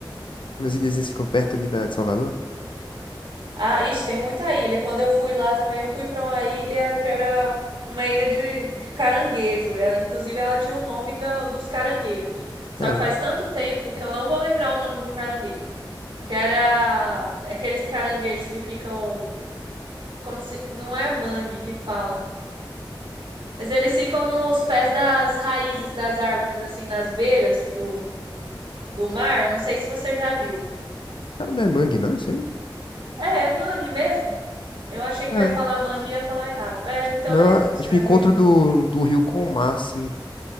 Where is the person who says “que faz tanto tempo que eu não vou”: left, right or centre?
Right